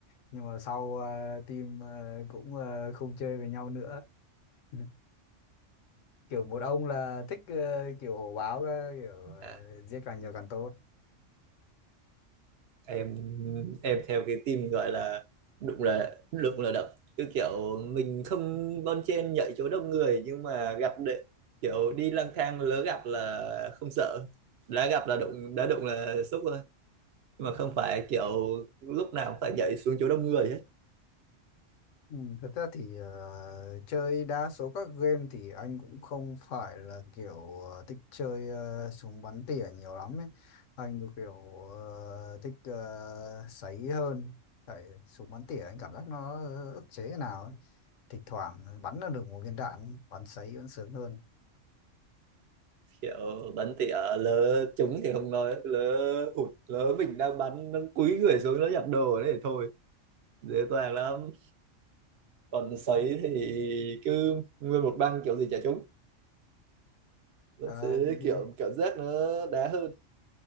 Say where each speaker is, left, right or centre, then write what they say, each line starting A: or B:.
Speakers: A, on the left; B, on the right.
A: nhưng mà sau ờ, team ờ, cũng ờ, không chơi với nhau nữa <laughs> kiểu một ông là thích ờ, kiểu hổ báo cơ, kiểu ờ,
B: à,
A: giết càng nhiều càng tốt
B: em em theo cái team gọi là đụng là đụng là đập cứ kiểu mình không bon chen nhảy chỗ đông người nhưng mà gặp đệ kiểu đi lang thang lỡ gặp là không sợ đã gặp là đụng đã đụng là xúc rồi nhưng mà không phải kiểu lúc nào cũng phải nhảy xuống chỗ đông người
A: Ừ, thật ra thì ờ, chơi đa số các game thì anh cũng không phải là kiểu ờ, thích chơi ờ, súng bắn tỉa nhiều lắm ấy. Anh thì kiểu ờ, thích ờ, sấy hơn. Tại súng bắn tỉa anh cảm giác nó ức chế thế nào ấy. Thỉnh thoảng bắn là được một viên đạn, bắn sấy vẫn sướng hơn.
B: kiểu bắn tỉa lỡ trúng thì không nói lỡ hụt lỡ mình đang bắn nó cúi người xuống nó nhặt đồ đấy thì thôi dễ dàng lắm còn sấy thì cứ nguyên một băng kiểu gì chả trúng nó
A: Ờ,
B: sẽ
A: thì, thì,
B: kiểu cảm giác nó đá hơn